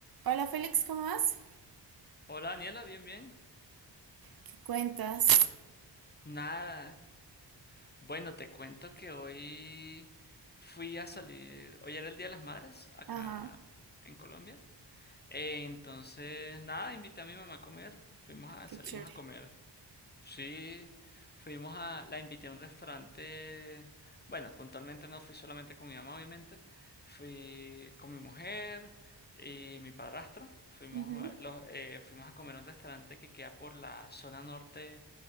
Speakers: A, on the right (about 55°); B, on the left (about 25°).
A: Hola Félix, ¿cómo vas?
B: Hola Daniela, bien, bien.
A: ¿Qué cuentas?
B: Nada. Bueno, te cuento que hoy fui a salir. Hoy era el Día de las Madres acá
A: Ajá,
B: en Colombia. Eh, entonces, nada, invité a mi mamá a comer. Fuimos a,
A: qué
B: salimos
A: chévere.
B: a comer. Sí, fuimos a, la invité a un restaurante. Bueno, puntualmente no fui solamente con mi mamá, obviamente. Fui con mi mujer y mi padrastro. Fuimos
A: Ujú,
B: a, los, eh, fuimos a comer a un restaurante que queda por la zona norte